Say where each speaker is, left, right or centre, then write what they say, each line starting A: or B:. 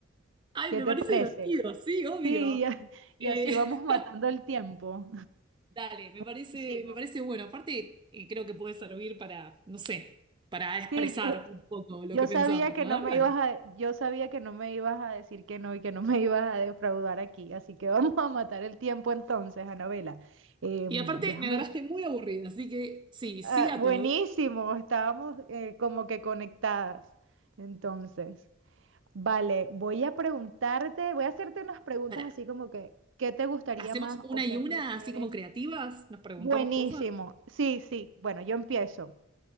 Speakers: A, on the right; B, on the right.
A: Ay,
B: ¿Qué
A: me
B: te
A: parece
B: parece?
A: divertido, sí, obvio.
B: Sí, <laughs> y a- y
A: Eh,
B: así vamos matando
A: <laughs>
B: el tiempo.
A: dale, me
B: <laughs>
A: parece,
B: Hicimos.
A: me parece bueno. Aparte, eh, creo que puede servir para, no sé, para expresar
B: Sí,
A: un poco lo
B: Yo
A: que pensamos.
B: sabía que
A: A
B: no
A: ver,
B: me
A: dale.
B: ibas a, yo sabía que no me ibas a decir que no y que no me <laughs> ibas a defraudar aquí, así que vamos a matar el tiempo entonces, Anabela. Em,
A: Y aparte,
B: déjame,
A: me agarraste muy aburrida, así que sí,
B: ah,
A: sí a
B: buenísimo,
A: todo.
B: estábamos eh, como que conectadas. Entonces, vale, voy a preguntarte, voy a hacerte unas preguntas
A: Pará,
B: así como que, ¿qué te gustaría
A: ¿hacemos
B: más
A: una
B: o
A: y
B: qué
A: una,
B: prefieres?
A: así como creativas? ¿Nos preguntamos
B: Buenísimo,
A: cosas?
B: sí, sí, bueno, yo empiezo,